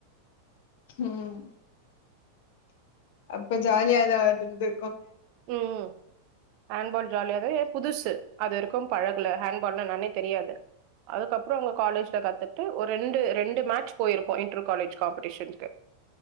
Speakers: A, on the left; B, on the right.
A: ம் அப்ப ஜாலியாதா இருந்து
B: உம் ம் ஆண்ட்பால் ஜாலியாரு எ புதுசு அது வரைக்கு பழகுல ஹேண்ட்பால்னா என்னானே தெரியாது அதுக்கப்புற அங்க காலேஜ்ல கத்துட்டு ஒரு ரெண்டு ரெண்டு மேட்ச் போயிருப்போ இன்டர் காலேஜ் காம்படிஷன்க்கு